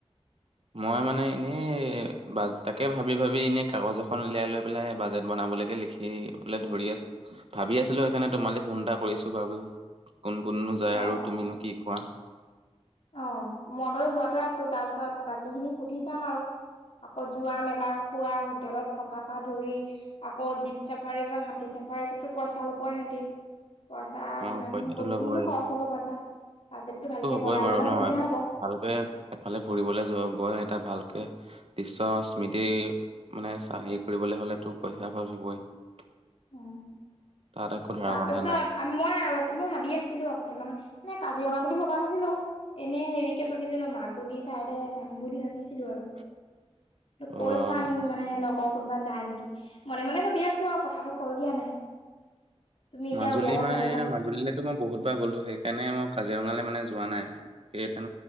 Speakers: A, on the right; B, on the left.
A: মই মানে এনেই বাজ, তাকে ভাবি ভাবি এনেই কাগজ এখন উলিয়াই লৈ পেলাই বাজেট বনাবলৈকে লিখিবলে ধৰি আছোঁ। ভাবি আছিলোঁ, সেইকাৰণে তোমালে ফোন এটা কৰিছোঁ বাৰু, কোন কোন নো যায়
B: অ',
A: আৰু
B: অ',
A: তুমিনো কি কোৱা?
B: অ, মই বাৰু যোৱাতে আছোঁ। তাৰপিছত বাকী খিনি সুধি চাম আৰু। আকৌ যোৱা, মেলা, খোৱা, হোটেলত থকা পা ধৰি আকৌ জীপ চাফাৰী, বা হাতী চাফাৰীটোতো, পইচা ল'বই সিহঁতি? পইচা
A: অ
B: কিমানখিনি
A: পইচাটো
B: বহুত
A: ল'বই
B: খিনিতো খৰচ হ'ব পইচা বাজেটটো ভালকে
A: গৈ
B: বনাই
A: বাৰু
B: ললে
A: নহয়
B: সুবিধা হ'ব।
A: ভালকে এফালে ফুৰিবলৈ যোৱা গৈ এটা ভালকে দৃশ্য স্মৃতি মানে হেৰি কৰিবলৈ হলেতো পইচা খৰচ হবই। তাত
B: উম।
A: একো ধৰা
B: তাৰপিছত
A: বন্ধা নাই।
B: মই আৰু মই ভাবি আছিলোঁ আপু তোমাক মানে কাজিৰঙা বুলি ভবা নাছিলোঁ এনে হেৰিকে ভাবিছিলোঁ মাজুলী চাই দে যাম বুলি ভাবিছিলো আৰু।
A: <inaudible>
B: ত
A: অ',
B: কৈ চাম মানে লগৰ কোনোবা যায় নেকি মনে মনে ভাবি আছো আৰু কথাটো কৈ দিয়া নাই। তুমি এতিয়া
A: মাজুলী
B: উলিয়ালত
A: মানে
B: ভালেই পালো
A: মাজুলীলৈতো মই বহুতবাৰ গ'লো সেইকাৰণে মই কাজিৰঙালৈ মানে যোৱা নাই সেই